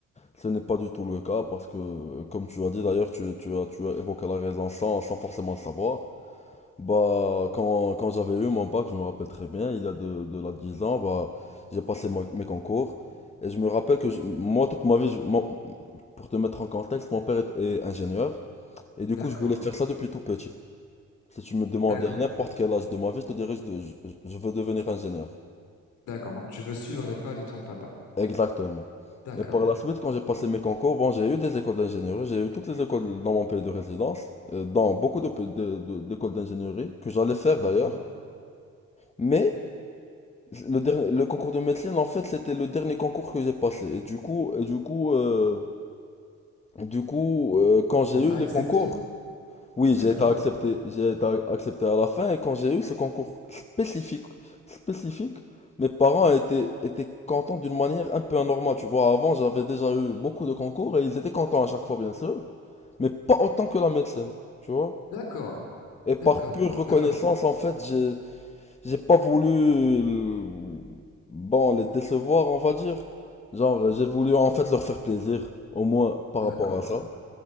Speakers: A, on the left; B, on the left.
A: ce n'est pas du tout le cas parce que, comme tu as dit d'ailleurs, tu, tu as, tu as évoqué la raison sans, sans forcément le savoir. Bah, quand, quand j'avais eu mon bac, je me rappelle très bien, il y a de, de là 10 ans, bah, j'ai passé mo- mes concours et je me rappelle que je- moi, toute ma vie, je- mon- pour te mettre en contexte, mon père est est ingénieur et du
B: D'accord,
A: coup, je voulais faire ça depuis tout petit. Si tu me demandais
B: d'accord,
A: à n'importe quel âge de ma vie, je te dirais je, de- je, je veux devenir ingénieur.
B: d'accord. Donc tu veux suivre les pas de ton papa.
A: Exactement.
B: D'accord,
A: Mais par la suite, quand j'ai passé mes concours, bon, j'ai eu des écoles d'ingénierie, j'ai eu toutes les écoles dans mon pays de résidence, euh, dans beaucoup de, pe- de- de- d'écoles d'ingénierie, que j'allais faire
B: d'accord.
A: d'ailleurs. Mais le, dernier- le concours de médecine, en fait, c'était le dernier concours que j'ai passé. Et du coup, et du coup, euh, du coup euh, quand j'ai
B: On t'a
A: eu les
B: accepté.
A: concours, Oui,
B: D'accord.
A: j'ai été accepté, j'ai été accepté à la fin et quand j'ai eu ce concours spécifique, spécifique, mes parents étaient, étaient contents d'une manière un peu anormale. Tu vois, avant, j'avais déjà eu beaucoup de concours et ils étaient contents à chaque fois, bien sûr, mais pas autant que la médecine, tu vois.
B: D'accord,
A: Et par
B: d'accord,
A: pure reconnaissance,
B: d'accord,
A: en fait, j'ai, j'ai pas voulu, euh, bon, les décevoir, on va dire. Genre, j'ai voulu en fait leur faire plaisir, au moins par
B: d'accord,
A: rapport à ça.